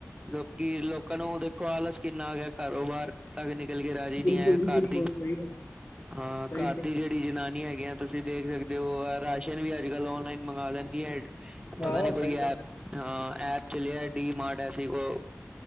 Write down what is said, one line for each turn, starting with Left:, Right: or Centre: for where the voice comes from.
Right: ਲੋਕੀ ਲੋਕਾਂ ਨੂੰ ਦੇਖੋ ਆਲਸ ਕਿੰਨਾ ਗਿਆ ਕਾਰੋਬਾਰ ਤੱਕ ਨਿਕਲ ਕੇ ਰਾਜੀ
Left: ਬਿਲਕੁਲ
Right: ਨਹੀਂ ਆਇਆ
Left: ਜੀ
Right: ਘਰ
Left: ਬਿਲਕੁਲ
Right: ਦੀ।
Left: ਸਹੀ ਗੱਲ
Right: ਹਾਂ
Left: ਸਹੀ
Right: ਘਰ
Left: ਕਹਿ
Right: ਦੀ
Left: ਰਹੇ
Right: ਜ
Left: ਹੋ।
Right: ਦੀ ਜਨਾਨੀ ਹੈਗੀ ਆ। ਤੁਸੀਂ ਦੇਖ ਸਕਦੇ ਹੋ ਰਾਸ਼ਨ ਵੀ ਅੱਜ ਕੱਲ ਔਨਲਾਈਨ ਮੰਗਵਾ ਲੈਂਦੀ ਹੈ। ਪਤਾ
Left: ਹਾਂ
Right: ਨਹੀਂ
Left: ਸਹੀ
Right: ਕੋਈ ਐਪ
Left: ਗੱਲ ਹੈ
Right: ਹਾਂ ਐਪ ਚੱਲਿਆ ਡੀ ਮਾਰਟ ਐਸੇ ਕੋ